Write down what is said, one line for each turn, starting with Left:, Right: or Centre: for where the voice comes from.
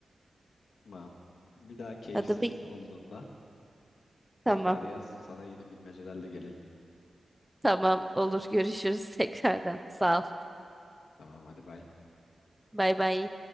Left: Tamam. Bir daha keyifsiz
Centre: Hadi bir.
Left: olduğunda tekrar
Centre: Tamam.
Left: yaz. Sana yeni bilmecelerle geleceğim.
Centre: Tamam. Olur. Görüşürüz <laughs> tekrardan. Sağ ol.
Left: Tamam, hadi bay.
Centre: Bay bay.